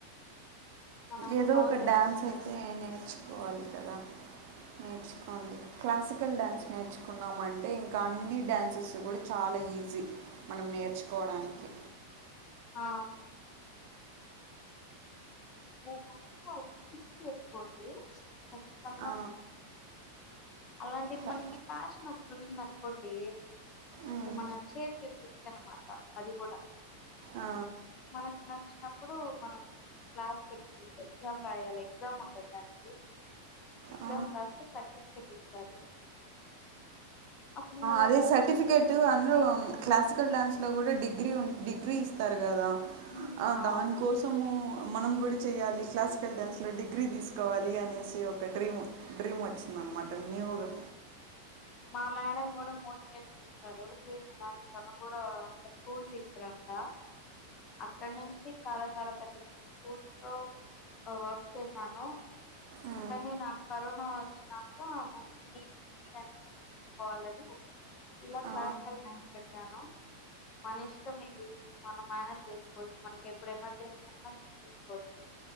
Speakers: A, on the left (about 30°); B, on the right (about 50°).
A: మనం
B: ఏదో
A: స్క్రోల్
B: ఒక
A: చేస్తాం
B: డ్యాన్స్ అయితే
A: అది
B: నేర్చుకోవాలి కదా నేర్చుకోండి క్లాసికల్ డ్యాన్స్ నేర్చుకున్నామ అంటే ఇంకా అన్ని డ్యాన్సెస్ కూడా చాలా ఈజీ మనం నేర్చుకోవడానికి
A: ఆ నే ఫిక్స ఫిక్స్ చేసుకోండి ఖచ్చితంగా
B: ఆ,
A: అలాంటిది
B: హ-
A: మనకి ఫ్యాషన్ ఒకటింది అనుకోండి
B: ఉమ్,
A: అది మన చేసింది అనమాట అది కూడా
B: ఆ,
A: మనకు నచ్చినప్పుడు మనం క్లా ట్టు ఎగ్జామ్ రాయాలి ఎగ్జామ్ ఉండ దానికి ఎగ్జామ్
B: ఆ,
A: రాస్తే సర్టిఫికెట్ ఇస్తారు అప్పుడు మనము
B: అదే సర్టిఫికేట్ అందూ క్లాసికల్ డ్యాన్స్ విట్టిలో కూడా డిగ్రీ ఉ డిగ్రీ ఇస్తారు కదా
A: మ్మ్
B: ఆ
A: అవును
B: దానికోసము మనం కూడా చేయ్యాలి క్లాసికల్ డ్యాన్స్లో డిగ్రీ తీసుకోవాలి అనేసి ఒక డ్రీమ్ డ్రీమ్ వచ్చిందనమాట న్యూగా
A: మా మేడం కూడా మోటివేట్ చేస్తారు సేమ్ ఇలాగ తను కూడా ఒక స్కూల్ టీచర్ అంట అక్కడ నుంచి చాలా చాలా పెద్ద పెద్ద స్కూల్స్ లో వర్క్ చేశాను
B: ఆ,
A: కానీ నాకు కరోనా వచ్చినాక నేను తీసుకోవాలని ఇలా క్లాస్
B: ఆ,
A: డ్యాన్స్ పెట్టాను మన ఇష్టం ఇది మనం మేనేజ్ చేసుకోవచ్చు మనకి ఎప్పుడు ఎమర్జెన్సీ ఉంద నేను తీసుకోవచ్చు